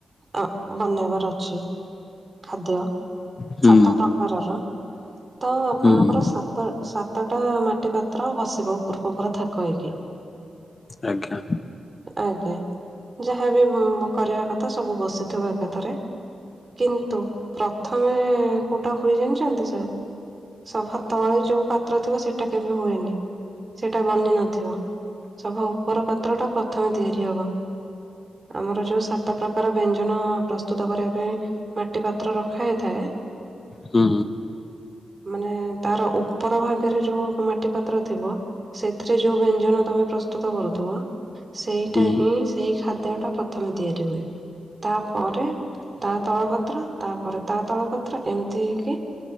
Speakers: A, on the right; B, on the left.
A: ଅଁ, ବନେଇବାର ଅଛି ଖାଦ୍ୟ।
B: ହୁଁ
A: ସାତ ପ୍ରକାରର। ତ ଆପଣଙ୍କର
B: ହୁଁ
A: ସାତ ସାତଟା ମାଟି ପାତ୍ର ବସିବ ଉପରକୁ ଉପର ଥା କ ହେଇକି।
B: ଆଜ୍ଞା
A: ଆଜ୍ଞା ଯାହାବି କରିବା କଥା ସବୁ ବସି ଥିବ ଏକାଥାରେ କିନ୍ତୁ ପ୍ରଥମେ କୋଉଟା ହୋଏ ଜାଣିଛନ୍ତି ସାର୍ ସଭା ତଳେ ଯୋଉ ପାତ୍ର ଥିବ ସେଟା କେବେ ହୁଏନି। ସେଇଟା ବନି ନଥିବ ସଭା ଉପର ପାତ୍ରଟା ପ୍ରଥମେ ତିଆରି ହବ। ଆମର ଯୋଉ ସାତ ପ୍ରକାର ବ୍ୟଞ୍ଜନ ପ୍ରସ୍ତୁତ କରିବା ପାଇଁ ମାଟି ପାତ୍ର ରଖା ହେଇଥାଏ
B: ହୁଁ
A: ମାନେ ତାର ଉପର ଭାଗରେ ଯୋଉ ମାଟି ପାତ୍ର ଥିବ ସେଥିରେ ଯୋଉ ବ୍ୟଞ୍ଜନ ତମେ ପ୍ରସ୍ତୁତ କରୁ ଥୁବ ସେଇଟା
B: ହୁଁ
A: ହିଁ ସେଇ ଖା ଦ୍ୟ ଟା ପ୍ରଥମେ ତିଆରି ହୁଏ ତାପରେ ତା ତଳ ପା ତ୍ର ତାପରେ ତା ତଳ ପାତ୍ର ଏମିତି ହେଇକି